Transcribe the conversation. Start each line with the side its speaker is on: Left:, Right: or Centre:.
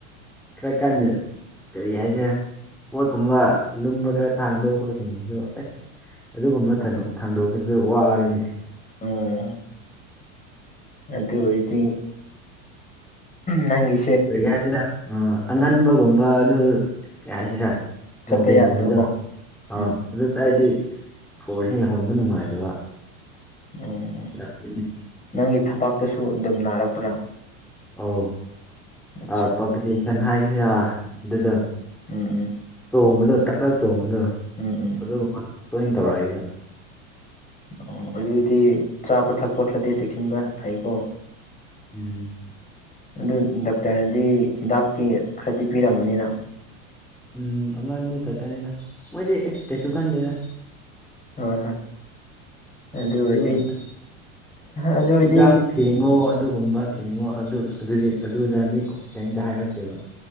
Centre: ꯈꯔ ꯀꯟꯅꯗ ꯀꯔꯤ ꯍꯥꯏꯁꯦ ꯄꯣꯠꯀꯨꯝꯕ ꯂꯨꯝꯕ ꯈꯔ ꯊꯥꯡꯗꯣꯛ ꯈꯁꯤꯡꯁꯨ ꯑꯁ ꯑꯗꯨꯒꯨꯝꯕ ꯊꯥꯡꯗꯣꯛꯄꯁꯨ ꯑꯗꯨ ꯋꯥꯔꯤꯅꯤ
Left: ꯑꯣꯝ ꯑꯗ ꯑꯣꯏꯗꯤ ꯅꯪꯤ
Centre: ꯀꯔꯤ ꯍꯥꯏꯁꯤꯔꯥ ꯎ ꯑꯉꯟꯕꯒꯨꯝꯕ ꯑꯗꯨ ꯀꯔꯤ ꯍꯥꯏꯁꯤꯔꯥ
Left: ꯆꯠꯄ
Centre: ꯃꯥꯎꯟꯇꯦꯟꯒꯨꯝꯃꯤꯗ
Left: ꯌꯥꯗꯕꯀꯣ
Centre: ꯑꯥ
Left: ꯎꯝ
Centre: ꯑꯗꯨ ꯉꯁ ꯍꯥꯏꯗꯤ ꯁꯣꯔꯁꯤ ꯌꯧꯍꯟꯕ ꯅꯨꯡꯉꯥꯏꯇꯕ
Left: ꯎꯝ ꯎ
Centre: ꯌꯥꯗꯦꯅꯦ
Left: ꯅꯪꯒꯤ ꯊꯕꯇꯁꯨ ꯑꯗꯨꯝ ꯅꯥꯔꯛꯄ꯭ꯔꯥ
Centre: ꯑꯧ
Left: ꯑꯠꯆꯥ
Centre: ꯑ ꯄꯇꯤꯁꯟ ꯍꯥꯏꯒꯗꯔꯥ ꯑꯗꯨꯗ
Left: ꯎꯝ ꯎꯝ
Centre: ꯆꯣꯡꯕꯗꯣ ꯇꯥꯛ ꯇꯥꯛ ꯆꯣꯡꯕꯗꯣ
Left: ꯎꯝ ꯎꯝ
Centre: ꯑꯗꯨ ꯇꯣꯏ ꯇꯧꯔꯛꯏꯕ
Left: ꯑꯣ ꯑꯗꯨꯗꯤ ꯆꯥꯕ ꯊꯛꯄ ꯈꯔꯗꯤ ꯆꯦꯛꯁꯤꯟꯕ ꯐꯩꯀꯣ
Centre: ꯎꯝ
Left: ꯑꯗꯨ ꯗꯥꯛꯇꯔꯅꯗꯤ ꯍꯤꯗꯥꯛꯇꯤ ꯈꯔꯗꯤ ꯄꯤꯔꯝꯕꯅꯤꯅ
Centre: ꯎꯝ ꯑ ꯃꯤ ꯈꯠꯇꯅꯤꯗ ꯃꯣꯏꯗꯤꯁ ꯀꯩꯁꯨ ꯈꯥꯟꯗꯦꯗ
Left: ꯍꯣꯏ ꯍꯣꯏ ꯑꯗꯨ
Centre: ꯊꯤꯗꯣꯛꯅ
Left: ꯑꯣꯏꯔꯗꯤ
Centre: ꯈ
Left: ꯑꯗꯨ ꯑꯣꯏꯔꯗꯤ
Centre: ꯁꯤꯤꯗꯝ ꯊꯦꯡꯉꯣ ꯑꯗꯨ ꯒꯨꯝꯕ ꯊꯤꯡꯉꯣ ꯑꯗꯨ ꯑꯗꯨꯗꯤ ꯑꯗꯨꯗꯥꯗꯤꯣ ꯀꯩꯝꯇ ꯍꯥꯏꯔꯀꯦꯕ